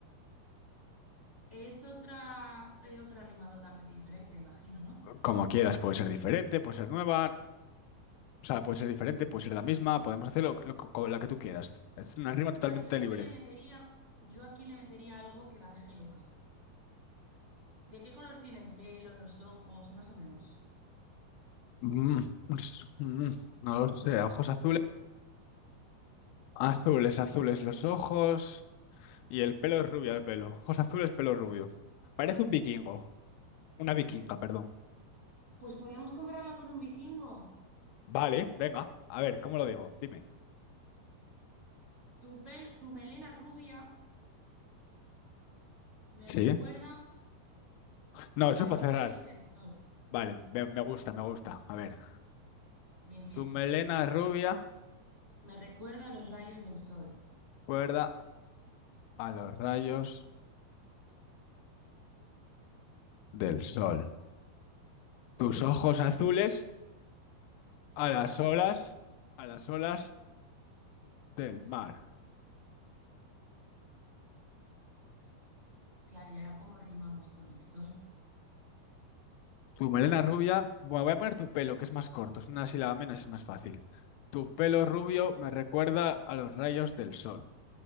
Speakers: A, on the right; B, on the left.
A: Es otra, eh, otra rima totalmente diferente, imagino, ¿no?
B: Como quieras, puede ser diferente, puede ser nueva, o sea, puede ser diferente, puede ser la misma, podemos hacerlo lo- co- con la que tú quieras. Es una rima totalmente
A: Vale, yo aquí
B: libre.
A: le metería, yo aquí le metería algo que la deje loca. ¿De qué color tiene el pelo, los ojos, más o menos?
B: Mm, ups, mm, no lo sé, ojos azules, azules, azules los ojos y el pelo es rubio el pelo. Ojos azules, pelo rubio. Parece un vikingo, una vikinga, perdón.
A: Pues podríamos compararla con un vikingo.
B: Vale, venga, a ver, ¿cómo lo digo? Dime.
A: Tu pel- tu melena rubia me
B: Sí.
A: recuerda
B: No, eso
A: a
B: es para
A: los
B: cerrar.
A: rayos del sol.
B: Vale, me, me gusta, me gusta. A ver,
A: Bien, bien.
B: tu melena rubia,
A: Me recuerda a los rayos del sol,
B: cuerda a los rayos del sol. Tus ojos azules a
A: al
B: las
A: mar.
B: olas, a las olas del mar.
A: Claro, ¿y ahora cómo rimamos con el sol?
B: Tu melena rubia, bueno, voy a poner tu pelo, que es más corto, es una sílaba menos, es más fácil. Tu pelo rubio
A: Mm, Vale.
B: me recuerda a los rayos del sol.